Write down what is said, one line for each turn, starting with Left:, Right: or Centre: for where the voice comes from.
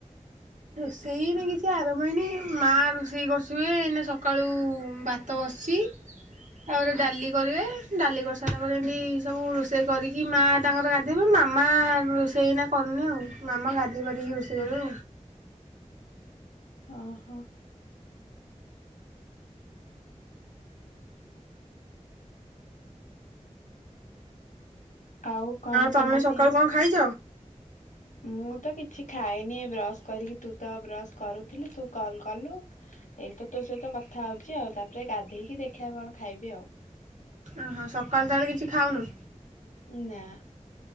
Right: ରୋଷେଇ ଇନା କିଛି ଆରମ୍ଭ ହେଇନି ମା ରୋଷେଇ କରୁଥିବେ ଏଇନା ସକାଳୁ ଭାତ ବସିଛି। ତାପରେ ଡାଲି କରିବେ। ଡାଲି କରିସାରିଲା ପରେ ଏମତି ସବୁ ରୋଷେଇ କରିକି ମାଆ ତାଙ୍କର ଗାଧେଇବା ପରେ ମାମା ରୋଷେଇନା କରୁନି ଆଉ ମାମା ଗାଧୋଇ ପାରିକି ରୋଷେଇ ତୋର
Left: ହଁ ହଁ ଆଉ କଣ
Right: ତମେ
Left: କେମିତି
Right: ସକାଳୁ କଣ ଖାଇଛ?
Left: ମୁଁ ତ କିଛି ଖାଇନି ଏ ବ୍ରସ କରିକି ତୁ ତ ବ୍ରସ କରୁଥିଲୁ ତୁଲ କଲୁ ଏଇତ ତୋ ସହିତ କଥା ହଉଛି ଆଉ ତାପରେ ଗାଧେଇକି ଦେଖିବା କଣ ଖାଇବି ଆଉ।
Right: ଓହୋ ସକାଳୁ ତାହେଲେ କିଛି ଖାଉନୁ।
Left: ନା।